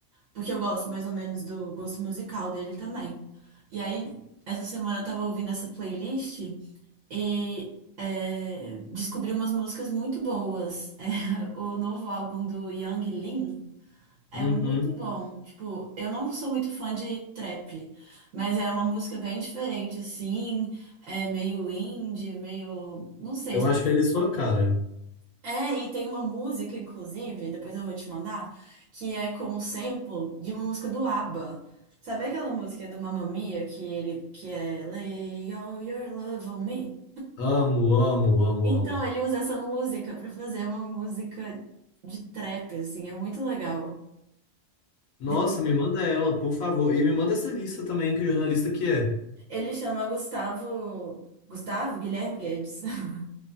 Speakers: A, on the right; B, on the left.
A: porque eu gosto mais ou menos do gosto musical dele também. E aí, essa semana eu tava ouvindo essa playlist e é, descobri umas músicas muito boas. <laughs> É, o novo álbum do Yang Lin é
B: Uhum.
A: muito bom. Tipo, eu não sou muito fã de trap, mas é uma música bem diferente, assim, é meio indie, meio, não sei
B: Eu acho ele sua cara.
A: é, e tem uma música, inclusive, depois eu vou te mandar, que é com um sample de uma música do ABBA. Sabe aquela música do Mamma Mia que ele que é Lay All Your Love on Me?
B: Amo, amo, amo,
A: Então
B: amo.
A: ele usa essa música pra fazer uma música de trap, assim, é muito legal.
B: Nossa,
A: Depois-
B: me manda ela, por favor. E me manda essa lista também, que jornalista que é?
A: Ele chama Gustavo, Gustavo Guilherme Guedes. <laughs>